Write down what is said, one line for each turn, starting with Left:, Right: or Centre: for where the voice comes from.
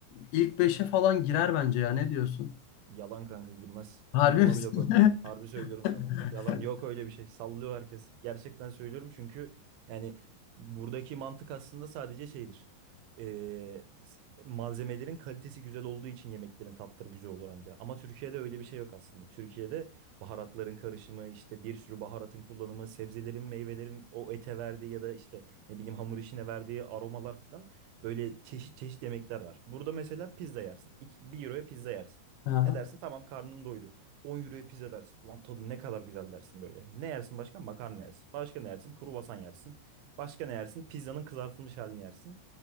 Left: ilk beşe falan girer bence ya ne diyorsun?
Right: Yalan kanka girmez.
Left: Harbi
Right: İlk ona
Left: misin?
Right: bile koymam. Harbi söylüyorum
Left: <laughs>
Right: sana. Yalan yok öyle bir şey. Sallıyor herkes. Gerçekten söylüyorum çünkü yani buradaki mantık aslında sadece şeydir. Ee, s- malzemelerin kalitesi güzel olduğu için yemeklerin tatları güzel olur anca. Ama Türkiye'de öyle bir şey yok aslında. Türkiye'de baharatların karışımı, işte bir sürü baharatın kullanımı, sebzelerin, meyvelerin o ete verdiği ya da işte ne bileyim hamur işine verdiği aromalar falan böyle çeşit çeşit yemekler var. Burada mesela pizza yersin. İki- Bir euroya pizza yersin.
Left: Aha.
Right: Ne dersin? Tamam karnım doydu. 10 euroya pizza dersin. Ulan tadı ne kadar güzel dersin böyle. Ne yersin başka? Makarna yersin. Başka ne yersin? Kruvasan yersin. Başka ne yersin? Pizzanın kızartılmış halini yersin.